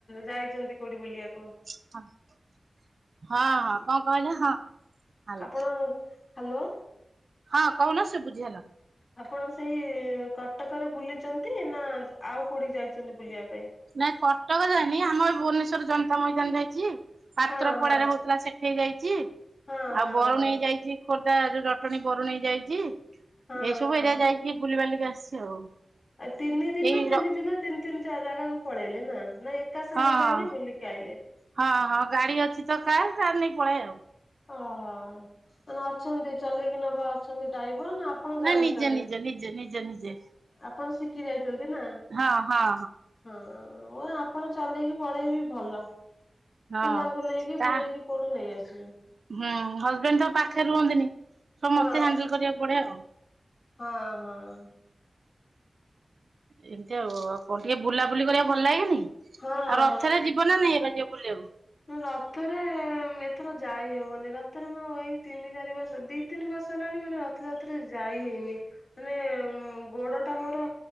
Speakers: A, on the left (about 55°); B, on the right (about 70°).
A: ଯାଇଚନ୍ତି କୋଉଠି ବୁଲିବାକୁ?
B: ହଁ ହଁ କଣ କହିଲ ହଁ। ହାଲୋ
A: ଆପଣ- ହାଲୋ।
B: ହଁ କହୁନ ଶୁବୁଚି ହେଲା।
A: ଆପଣ ସେଇ କଟକରେ ବୁଲିଛନ୍ତି ନା ଆଉ କୋଉଠି ଯାଇଛନ୍ତି ବୁଲିଆ ପାଇଁ?
B: ନାଇଁ କଟକ ଯାଇନି ଆମ ଏ ଭୁବନେଶ୍ୱର ଜନତା ମଇଦାନ ଯାଇଛି। ପାତ୍ରପଡାରେ
A: ହଁ ହଁ
B: ହଉଥିଲା ସେ ଏଠିଇ ଯାଇଛି।
A: ହଁ ହଁ
B: ଆଉ ବରୁଣେଇ
A: ହଁ
B: ଯାଇଚି ଖୋର୍ଦ୍ଧା ଯୋଉ ଜଟଣୀ ବରୁଣେଇ ଯାଇଚି।
A: ହଁ
B: ଏଇସବୁ
A: ହଁ।
B: ଏରିଆ ଯାଇକି ବୁଲିବାଲିକି ଆସିଚି ଆଉ।
A: ଆଉ ତିନି ଦିନ,
B: ଏଇ
A: ତିନି
B: ର
A: ଦିନ, ତିନି ତିନି ଜା ଜାଗାକୁ ପଳେଇଲେ ନା ନାଇଁ ଏକ୍ ଏକା ସାଙ୍ଗେ
B: ହଁ ହଁ।
A: ଯାଇକିଁ ବୁଲିକି ଆଇଲେ।
B: ହଁ, ହଁ, ଗାଡି ଅଛି ତ କାର୍। କାର ନେଇକି ପଳାଏ ଆଉ।
A: ଅ ହଁ, ମାନେ ଅଛନ୍ତି, ଚଲେଇକି ନବା ଅଛନ୍ତି, ଡ୍ରାଇଭର୍ ନା ଆପ୍ ଆପଣ
B: ନାଇଁ
A: ଯାଆନ୍ତି
B: ନିଜେ
A: ଚଲେଇକି?
B: ନିଜେ ନିଜେ ନିଜେ ନିଜେ
A: ଆପଣ ଶିଖି ଯାଇଚନ୍ତି ନା!
B: ହଁ ହଁ
A: ହଁ, ଅଁ ଆପଣ ଚଲେଇକି ପଳେଇବି ଭଲ।
B: ହଁ
A: ପିଲାଙ୍କୁ ନେଇକି
B: ତା
A: ବୁଲେଇକି କୁଡୁ ନେଇ ଆସିବେ।
B: ହୁଁ, ହଜବେଣ୍ଡ୍ ତ ପାଖରେ ରୁହନ୍ତିନି। ସବୁ
A: ହଁ
B: ମତେ ହ୍ୟାଣ୍ଡେଲ୍ କରିଆକୁ ପଡେ ଆଉ।
A: ହଁ, ହଁ।
B: ଏମିତିଆ ଆଉ। ଆଉ, କଣ ଟିକେ ବୁଲାବୁଲି କରିଆକୁ ଭଲ ଲାଗେନି କି? ଆଉ,
A: ହଁ ହଁ
B: ରଥରେ ଯିବ ନା ନାଇଁ, ଏବାଜିୟ ବୁଲିଆକୁ।
A: ରଥରେ-ଏଁ ଏଥର ଯାଇ ହବନି। ରଥରେ ମୁଁ ଆଉ ଏଇ ତିନି ଚାରି ବର୍ଷ ଦି ତିନି ବର୍ଷ ହେଲାଣି ମାନେ, ରଥଯାତ୍ରାରେ ଯାଇ ହେଇନି। ମାନେ-ଏଁ ଗୋଡ ଟା ମୋର